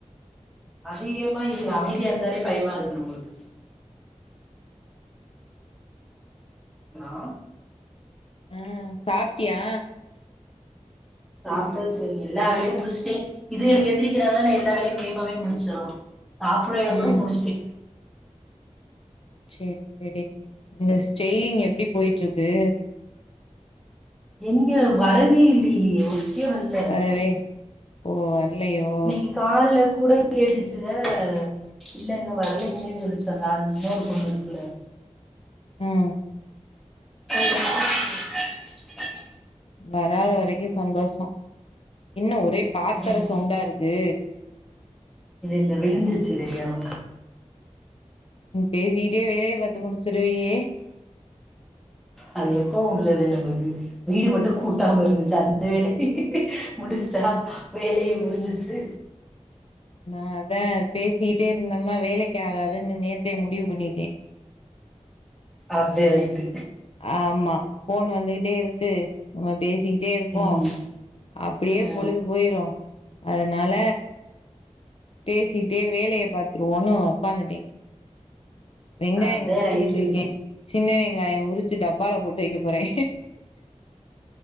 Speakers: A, in the centre; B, on the left.
A: அதிகமா இன்னைக்கி அமைதியா இருந்தாலே பயமா இருக்கு நம்மளுக்கு ஹலோ
B: ஆ சாப்ட்டியா
A: சாப்டாச்சு எல்லா வேலையு முடிச்ட்டே இதுங்கள்கு எந்திரிக்கிறனா நா எல்லா வேலையூ வேமாவே முடிச்சிரலா சாப்புட்ற வேல
B: ம்
A: கூட முடிச்ட்டே
B: சேர் செரி இந்த ஸ்டைலிங் எப்டி போயிட்ருக்கூ
A: எங்க வரவே இல்லயே ஒர்க்கே வரல
B: வரவே ஓ வரலையோ
A: இன்னைக்கு கால்ல கூட கேட்டுச்சு தான இல்ல இன்னு வரலைங்ளேனு சொல்லுச்சு அந்த ஆள் இன்னொரு பொண்ணு இருக்குல்ல
B: உம்
A: <inaudible>
B: வராத வரைக்கு சந்தோஷோ என்ன ஒரே பாத்தர
A: ம்
B: சவுண்டா இருக்கூ
A: இது இந்த விழுந்துருச்சி தெரியாம
B: ம் பேசிகிட்டே வேலைய பாத்து முடிச்சிருவியே
A: அது எப்பவு உள்ளது நம்ளுக்கு வீடு மட்டு கூட்டாம இருந்துச்சு அந்த வேலைய முடிச்ட்டா வேலையே முடிஞ்சிருச்சி
B: நா அதா பேசிகிட்டே இருந்தம்னா வேலைக்கு ஆகாதுன்னு நேத்தே முடிவு பண்ணிட்டே
A: அதே ரைட்டு
B: ஆமா போன் வந்துகிட்டே இருக்கு நம்ம பேசிக்கிட்டே இருப்போ
A: ம்
B: அப்டியே
A: ஆ,
B: பொழுது பொயிரு அதுனால பேசிகிட்டே வேலைய பாத்துருவோனு உட்காந்துட்டே வெங்காயோ
A: அதே
B: உரிச்சிகிட்ருக்கேன்
A: ரைட்டு
B: சின்ன வெங்காயோ உரிச்சி டப்பால போட்டு வைக்க போறே